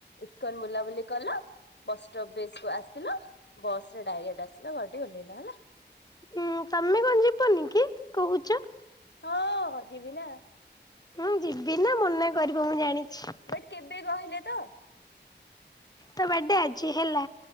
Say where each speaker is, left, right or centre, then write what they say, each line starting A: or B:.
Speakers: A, on the left; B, on the left.
A: ଇସ୍କନ ବୁଲାବୁଲି କଲ ବସଷ୍ଟପ ବେସ କୁ ଆସିଲ ବସ ରେ ଡାଇରେକ୍ଟ ଆସିଲ ଘରଠି ଓହ୍ଲେଇଲ ହେଲା।
B: ହୁଁ ତମେ କଣ ଯିବନି କି କହୁଛ
A: ହଁ ଯିବି ନା।
B: ହଁ ଯିବି ନା ମନା କରିବ ମୁଁ ଜାଣିଛି।
A: ବଟ୍ କେବେ କହିଲେ ତ?
B: ତା ବାର୍ଡେ ଆଜି ହେଲା